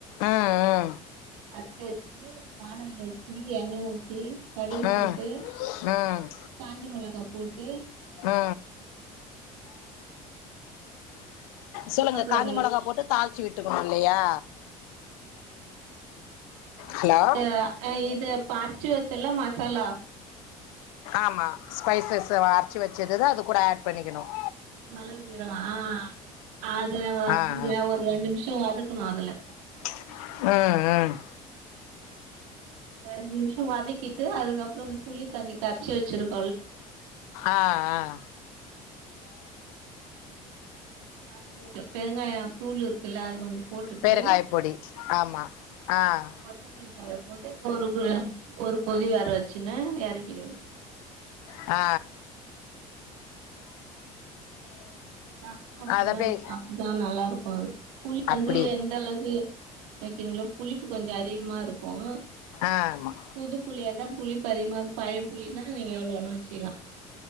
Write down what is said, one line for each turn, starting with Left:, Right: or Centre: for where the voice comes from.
Left: ஆ ஆ
Right: அரச்சி வச்சுட்டு வானல் வச்சி எண்ணைய ஊத் தி கடுகு
Left: ம்
Right: போட்டு
Left: ம்
Right: காஞ்ச மிளகா போட்டு
Left: ஆ சொல்லுங்க
Right: கருவேப்பில
Left: காஞ்ச
Right: வே
Left: மிளகா போட்டு தாளிச்சி விட்டுக்கணும் இல்லையா ஹலோ
Right: இத அரைச்சு வச்ச இல்ல மசாலா
Left: ஆமா ஸ்பைசஸ் அரைச்சு வச்சதுதான் அது கூட ஆட் பண்ணிக்கணும்
Right: மிளகு சீரகம் ஆ அது வந்து
Left: ஆ ஆ
Right: ஒரு ரெண்டு நிமிஷம் வதக்கணும் அதுல
Left: ம் ம்
Right: ரெண்டு நிமிஷம் வதக்கிட்டு அதுக்கப்புறம் இந்த புளி தண்ணி கரைச்சு வச்சிருக்
Left: ஆ ஆ
Right: அது பெருங்காயம் தூள் இருக்குல்ல அத கொஞ்சம் போட்டுட்டு
Left: பெருங்காய பொடி ஆமா ஆ
Right: கொத்தமல்லி போட்டு ஒரு கு ஒரு கொதி வர வச்சுன்னு இறக்கிடன்னும்
Left: ஆ
Right: நம் அப்படிதான்
Left: அது அப்டியே
Right: வ அப்படிதான் நல்லா இருக்கும் அது புளி வந்து
Left: அப்டி
Right: எந்த அளவு வைக்கிறீங்களோ புளிப்பு கொஞ்சம் அதிகமா இருக்கும்
Left: ஆமா
Right: புது புளியா இருந்த புளிப்பு அதிகமா இருக் பழைய புளினா நீங்க எவ்ளோ வேனா வச்சிகலா